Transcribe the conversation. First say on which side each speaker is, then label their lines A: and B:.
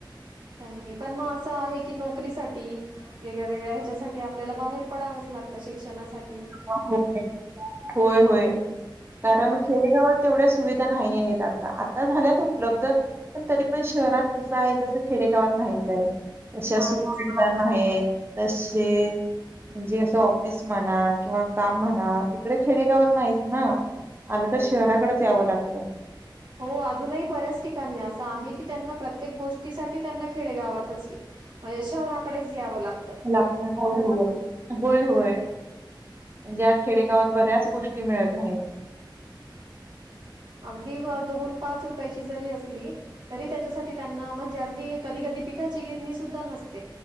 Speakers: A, on the right; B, on the right.
A: काही नाही. पण मग असं आहे की नोकरीसा ठी वेगळ्या वेगळ्या ह्याच्यासाठी आपल्याला बाहेर पडावंच लागतं शिक्षणासाठी --
B: हो. होय, होय कारण
A: हां,
B: खेडेगावात
A: मग
B: तेवढ्या सुविधा नाहीयेत आ ता आता झाल्यात उपलब्ध पण तरी पण शहरात जसं आहे तसं खेडेगावात नाहीचाय. तश
A: नाहीच
B: सु <unintelligible>
A: आहे.
B: नाहीएत. तशे म्हणजे असं ऑफिस म्हणा किंवा -- काम म्हणा तिकडे खेडेगावात नाहीच ना. आलं तर शहराकडेचं यावं लागत.
A: हो अजूनही बऱ्याच ठिकाणी असं आहे की त्यांना प्रत्येक गो -- ष्टीसाठी त्यांना खेडेगावातच शहराकडेचं यावं लाग --
B: लागतं होय. होय, होय, होय. ज्या खेडेगावात बऱ्याच गोष्टी मिळत नाहीत.
A: अगदी दोन पाच रुपयांची जरी असली तरी त्यासाठी त्यांना म्हणजे अगधी कधी कधी -- पिठाची गिरणी सुद्धा नस --